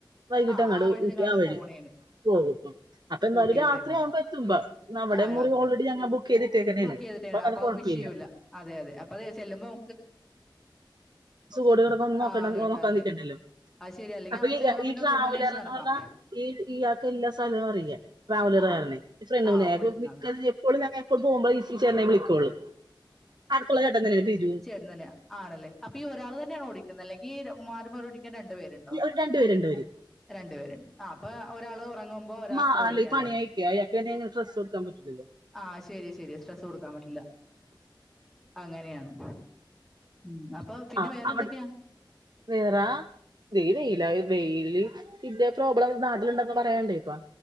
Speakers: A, on the right (about 55°); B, in the centre.
A: വൈകിട്ട്
B: ആ
A: അങ്ങട്
B: ആ വഴി
A: ഊട്ടി
B: നിങ്ങളങ്ങട്
A: ആ വഴി
B: പോണേണ്.
A: പോകും
B: ആ
A: അപ്പൊ എന്തായാലും
B: ഊട്ടി കൊടൈക്കനാല്.
A: രാത്രി ആവുമ്പം എത്തുമ്പോ നമ്മുടെ
B: ആ
A: മുറി
B: രാത്രി
A: ഓൾറെഡി അങ്ങനെ ബുക്ക് ചെയ്തിട്ടേക്കണേണ്
B: ബുക്ക് ചെയ്തിട്ട് ചെല്ലണം
A: അങ്ങനെ
B: അപ്പൊ
A: കുഴപ്പമില്ല
B: അത് വിഷയോല്ല അതെ അതെ അപ്പൊ അത് ചെല്ലുമ്പം
A: സഖോട കടക്കന്നും നോക്കണ്ട
B: ആ കിടക്കാല്ലേ
A: നോക്കാൻ നിക്കണ്ടല്ലോ
B: അത് ശരി അല്ലെങ്കിൽ
A: അപ്പൊ
B: അവിടെ
A: ഈ
B: ചെല്ലുമ്പോ
A: ഈ
B: പിന്നെ
A: ട്രാവലർ
B: റൂം അന്വേഷിച്ച്
A: എന്ന്
B: നടക്കണം
A: പറഞ്ഞ ഈ ഇയാൾക്ക് എല്ലാ സ്ഥലവും അറിയ ട്രാവലർകാരനെ
B: ആ
A: ഫ്രണ്ട്
B: ആ
A: മണയാ
B: ഓടിക്കുന്ന
A: മിക്ക
B: ആൾക്ക്
A: എപ്പോഴും ഞ <unintelligible> ഇപ്പോപോവുമ്പോ ഈസി ചെന്നെ വിളിക്കുള്ളൂ അടുത്തള കട്ടാ ത <unintelligible>
B: ചേട്ടതന്നെയ ആണല്ലേ അപ്പൊ ഈ ഒരാള തന്നെയാണോ ഓടിക്കുന്നത് അല്ലെങ്കി മാറി മാറി ഓടി രണ്ടു പേരുണ്ടോ
A: ഒരു രണ്ടുപേരുണ്ട് അവര്
B: രണ്ടു പേരുണ്ട് ആ അപ്പൊ ഒരാൾ ഉറങ്ങുമ്പോ ഒരാൾക്ക്
A: മാ
B: ഓടിക്കാലല്ലേ
A: അല്ല ഈ പണി അയക്കുക അയാൾക്ക് തന്നെ ഡ്രസ്സ് കൊടുക്കാൻ പറ്റില്ലല്ലോ
B: ആഹ ശരി ശരി സ്ട്രെസ് കൊടുക്കാൻ പറ്റില്ല അങ്ങനെയാണ് ഉം അപ്പൊ പിന്നെ
A: ആ
B: വേറെന്തൊക്കെയാ
A: അവിടെ വേറാ നെയെയയില ഇ ഇതേ പ്രോബ്ലം നാട്ടിലിൻഡ പറയണ്ടേ ഇപ്പ